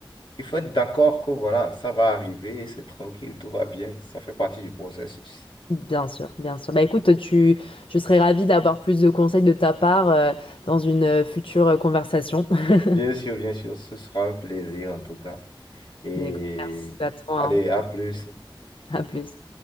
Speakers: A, on the left; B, on the left.
A: il faut être d'accord que voilà, ça va arriver, c'est tranquille, tout va bien, ça fait partie du processus.
B: Bien sûr, bien sûr. Bah écoute, tu, je serais ravie d'avoir plus de conseils de ta part euh, dans une euh, future euh, conversation. <laughs>
A: Bien sûr, bien sûr, ce sera un plaisir en tout cas. Et
B: Mais écoute, merci à toi.
A: allez, à
B: hein.
A: plus.
B: À plus.